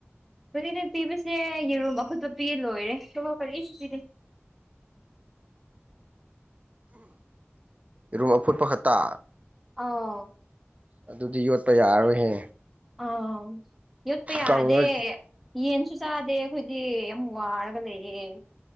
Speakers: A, in the centre; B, on the right.
A: ꯀꯂꯤꯅ ꯄꯤꯕꯁꯦ ꯌꯦꯔꯨꯝꯝ ꯑꯐꯨꯠꯄ ꯄꯤ ꯂꯣꯏꯔꯦ ꯇꯣ ꯀꯔꯤꯁꯨ ꯄꯤꯔꯤꯦ
B: ꯏꯔꯨꯝ ꯑꯐꯨꯠꯄ ꯈꯛꯇ
A: ꯑ
B: ꯑꯗꯨꯗꯤ ꯌꯣꯠꯄ ꯌꯥꯔꯔꯣꯏꯍꯦ
A: ꯑ ꯌꯠꯄꯌꯥꯗꯦ
B: ꯀꯪꯉ
A: ꯌꯦꯟꯁꯨ ꯆꯥꯗꯦ ꯑꯩꯈꯣꯏꯗꯤ ꯌꯥꯝ ꯋꯥꯔꯒ ꯂꯩꯌꯦ